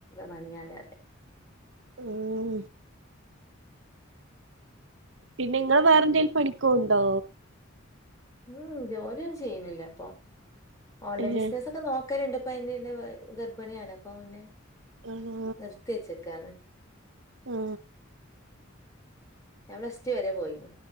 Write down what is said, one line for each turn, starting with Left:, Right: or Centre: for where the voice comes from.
Left: പണിയാണ് രാവിലെ
Right: ഉം പിന്നെ ഇങ്ങള് വേറെ എന്തേലും പണിക്കോവ്ണ്ടോ
Left: ഉം ജോലിയൊന്നും ചെയ്യുന്നില്ല ഇപ്പൊ ഓൺലൈൻ
Right: ഏഹ്
Left: ബിസിനസ് ഒക്കെ നോ <unintelligible> എന്റെ ഒപ്പം അയിന് മുന്നേ ഗർഭിണിയാണ് അപ്പൊ പിന്നേ
Right: ആണോ
Left: നിർത്തി വെച്ചേക്കാണ്
Right: മ്ഹ്
Left: ഞാൻ പ്ലസ് ടു വരെ പോയിനു